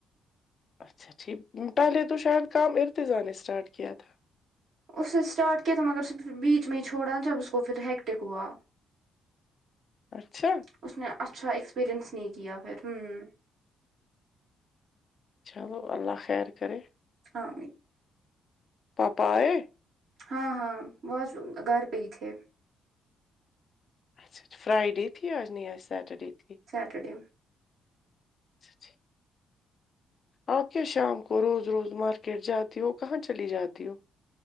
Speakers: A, on the left; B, on the right.
A: اچھا ٹھیک پہلے تو شاید کام ارتضی نے اسٹارٹ کیا تھا
B: اس نے اسٹارٹ تھا مگر پھر بیچ میں ہی چھوڑا جب اس کو پھر ہیکٹک ہوا
A: اچھا
B: اس نے اچھا ایکسپیریئنس نہیں کیا پھر ہوں
A: چلو اللہ خیر کرے
B: امم
A: پاپا آئے
B: ہاں ہاں بہت گھر پہ ہی تھے
A: اچھا فرائیڈے تھی یا نہیں آج سیٹرڈے تھی
B: سیٹرڈے
A: اچھا ٹھیک آپ کیا شام کو روز روز مارکیٹ جاتی ہو کہاں چلی جاتی ہو